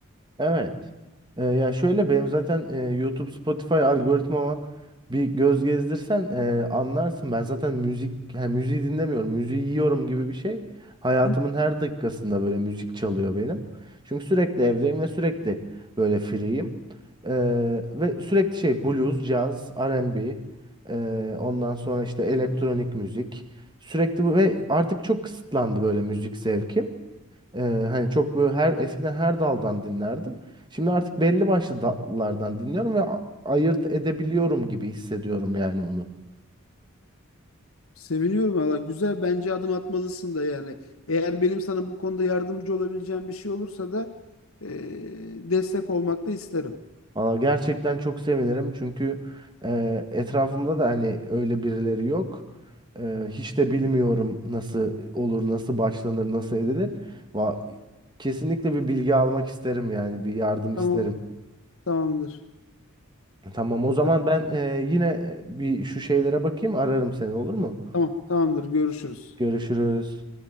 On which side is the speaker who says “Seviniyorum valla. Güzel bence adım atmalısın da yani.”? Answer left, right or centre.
Left